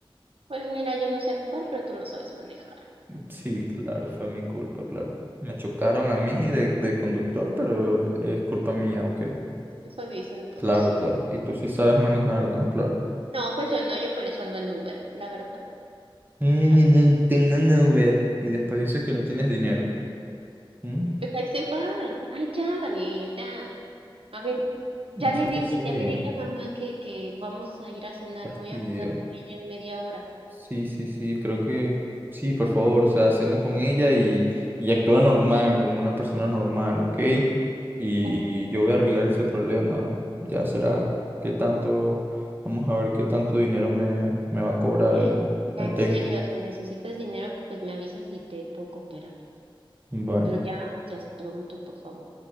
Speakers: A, on the right; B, on the right.
A: Pues mira, yo no sé actuar, pero tú no sabes manejar.
B: Sí, claro, fue mi culpa, claro. Me chocaron a mí de, de conductor, pero es culpa mía, ok.
A: Eso dicen todos.
B: Claro, claro. Y tú sí sabes manejar, ¿no? Claro.
A: No, pues yo no, yo por eso ando en Uber, la verdad.
B: <laughs> Ni
A: Así,
B: ni ni tengo un Uber. Y después dices que no tienes dinero. ¿Mm?
A: pues ahí se van. Ay, ya, Daniel, ya. A ver,
B: No
A: ya le
B: sé
A: dije,
B: qué hacer.
A: ya le dije a mamá que, que vamos a ir a cenar.
B: Fastidio.
A: Voy a pasar por ella en media hora.
B: Sí, sí, sí, creo que sí, por favor, o sea, cena con ella y, y actúa normal, como una persona normal, ¿ok? Y, y
A: Oh,
B: yo voy a arreglar ese problema. Ya será qué tanto, vamos a ver qué tanto dinero me, me va a cobrar
A: ok,
B: el,
A: ya
B: el
A: en
B: técnico.
A: serio, si necesitas dinero, pues me avisas y te puedo cooperar.
B: Bueno.
A: Pero ya, seas tonto, por favor.